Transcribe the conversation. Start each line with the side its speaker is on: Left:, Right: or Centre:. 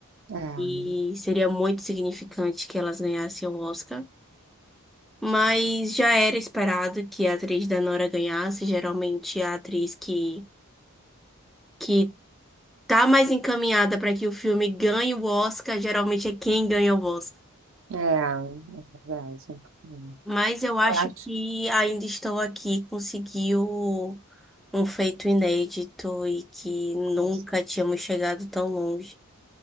Right: É,
Centre: e seria muito significante que elas ganhassem o Oscar. Mas já era esperado que a atriz da Nora ganhasse, geralmente a atriz que que tá mais encaminhada para que o filme ganhe o Oscar, geralmente é quem ganha o Oscar.
Right: é, é verdade. Hum.
Centre: Mas eu acho
Right: Eu acho.
Centre: que Ainda Estou Aqui conseguiu um feito inédito e que
Right: Com
Centre: nunca
Right: cer-
Centre: tínhamos chegado tão longe.